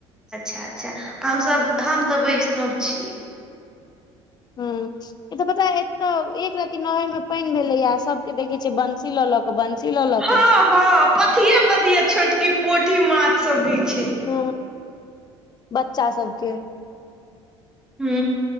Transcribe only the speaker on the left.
हुं ए तऽ पता तऽ एक रति। ई नहर मे पेईन भेलैया सबके देखै छै बंसी लऽ लक बंसी लऽ लक।
हु बच्चा सबके- -